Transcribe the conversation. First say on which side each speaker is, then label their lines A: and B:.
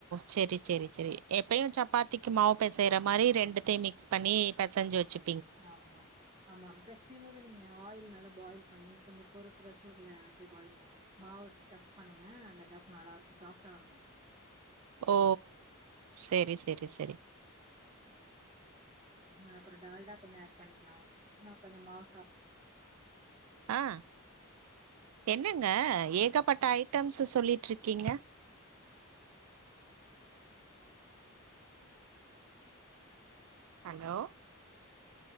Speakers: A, on the right; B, on the right.
A: சரி சரி சரி இப்பயும் சப்பாத்திக்கு மாவு பெசயற மாதிரி ரெண்டுத்தையும் மிக்ஸ் பண்ணி பெசஞ்சு வச்சு
B: ஆமா ஆமா பெசயும் போது நீங்க ஆயில் நல்ல பாயில் பண்ணி கொஞ்சம் பொறுக்கற சூடுல வச்சு பாயில் மாவு டஃப் பண்ணுங்க அந்த டஃப் நல்லா இருக்கும் சாஃப்டா இருக்கும்
A: ஓ சரி சரி சரி
B: ஆஹ டா ல்டா ஸ்டப் பண்ணிக்கலாம் கொஞ்சம் மாவு சாப்
A: அஹ் என்னங்க ஏகப்பட்ட ஐட்டம்ஸ் சொல்லிட்டு இருக்கீங்க ஹலோ